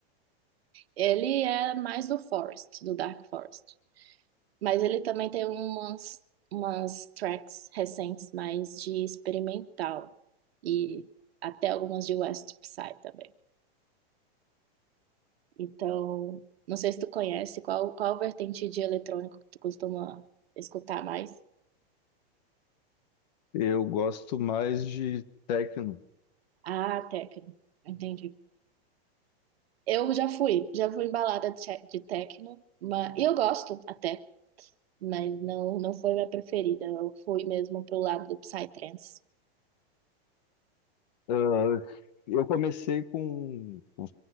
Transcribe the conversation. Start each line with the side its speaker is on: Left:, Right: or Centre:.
Right: Ele é mais do Forest, do Dark Forest. Mas ele também tem umas, umas tracks recentes mais de experimental. E até algumas de West Psy também. Então, não sei se tu conhece, qual, qual vertente de eletrônico que tu costuma escutar mais?
Left: Eu gosto mais de techno.
Right: Ah, techno. Entendi. Eu já fui, já fui embalada de de techno, mas e eu gosto até. mas não, não foi minha preferida. Eu fui mesmo pro lado do Psytrance.
Left: Ah, eu comecei com, com,